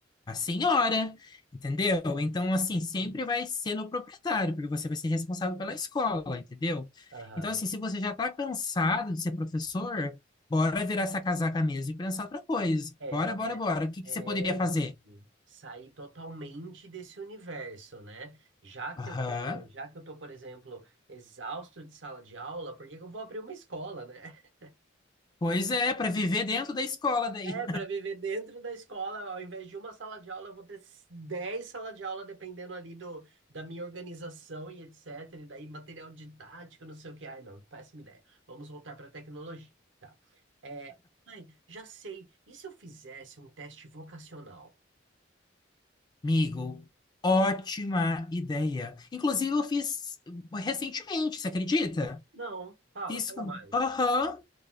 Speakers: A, on the left (about 20°); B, on the right (about 80°).
A: A senhora, entendeu? Então, assim, sempre vai ser no proprietário, porque você vai ser responsável pela escola, entendeu?
B: Aham.
A: Então, assim, se você já está cansado de ser professor, bora virar essa casaca mesmo e pensar outra coisa.
B: É,
A: Bora,
B: né?
A: bora, bora. O que que
B: É,
A: você poderia fazer?
B: e sair totalmente desse universo, né? Já
A: Aham.
B: que eu tô, já que eu tô, por exemplo, exausto de sala de aula, por que que eu vou abrir uma escola, né? <laughs>
A: Pois é, para viver dentro da escola daí.
B: É, para viver dentro da escola, ao invés de uma sala de aula, eu vou ter 10 salas de aula, dependendo ali do, da minha organização e etc. E daí material didático, não sei o que. Ai, não, péssima ideia. Vamos voltar para a tecnologia, tá? É, ai, já sei. E se eu fizesse um teste vocacional?
A: Amigo, ótima ideia. Inclusive, eu fiz recentemente, você acredita?
B: Não, fala,
A: Fiz
B: fala
A: com.
B: mais.
A: Aham.